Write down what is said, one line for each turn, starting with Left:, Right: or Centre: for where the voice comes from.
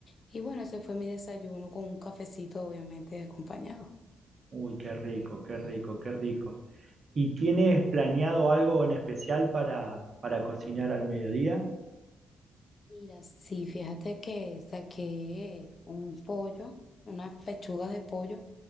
Left: Y bueno, ese fue mi desayuno con un cafecito, obviamente, acompañado.
Right: Uy, qué rico, qué rico, qué rico. ¿Y tienes planeado algo en especial para, para cocinar al mediodía?
Left: Mira, sí, fíjate que saqué un pollo, unas pechugas de pollo